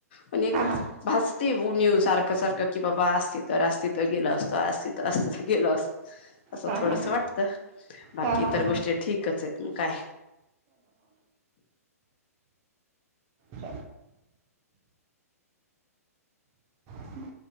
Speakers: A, on the left; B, on the right.
A: प एक
B: हा हा
A: भासते ऊन सारखं सारखं की बाबा असती तर असत तर गेल असतो असत तर असत गेल असतो असं
B: हा हा
A: थोडस
B: हा
A: वाटत बाकी
B: हा हा
A: इतर
B: हा
A: गोष्टी ठीकच आहे त काय
B: च हम्